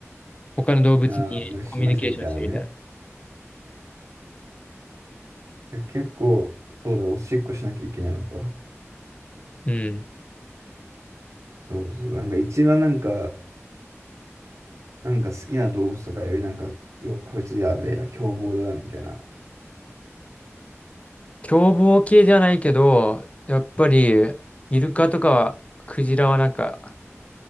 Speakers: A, on the left; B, on the right.
A: 他の動物にコミュニケーションしてみたら。
B: ああ、なんかしますみたいなね。じゃあ結構、そうだ、おしっこしなきゃいけないのか。
A: うん。
B: そうそう、なんか一番なんか、なんか好きな動物とかよりなんか、うわこいつやべえな、凶暴だな、みたいな。
A: 凶暴系じゃないけど、やっぱり、イルカとかはクジラはなんか、